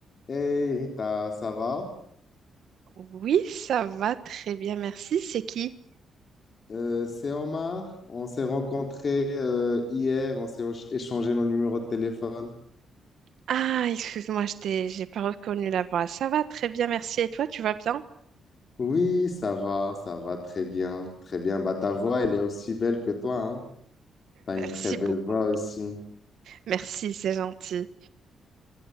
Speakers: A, on the left; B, on the right.
A: Hey Rita, ça va?
B: Oui, ça va très bien, merci. C'est qui?
A: Euh, c'est Omar. On s'est rencontrés euh, hier, on s'est éch- échangé nos numéros de téléphone.
B: Ah, excuse-moi, je t'ai, j'ai pas reconnu la voix. Ça va très bien, merci. Et toi, tu vas bien?
A: Oui, ça va, ça va très bien, très bien. Bah, ta voix, elle est aussi belle que toi, hein. T'as
B: Merci
A: une très belle
B: beaucoup.
A: voix aussi.
B: Merci, c'est gentil.